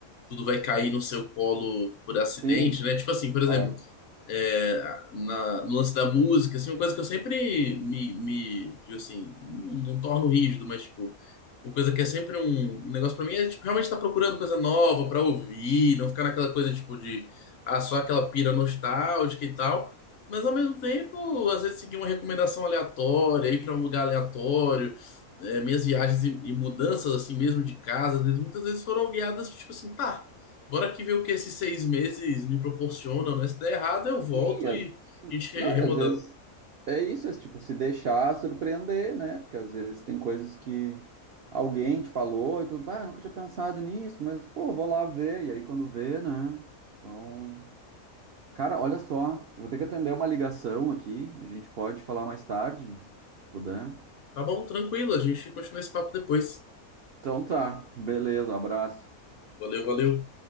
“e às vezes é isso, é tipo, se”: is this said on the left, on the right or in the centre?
Right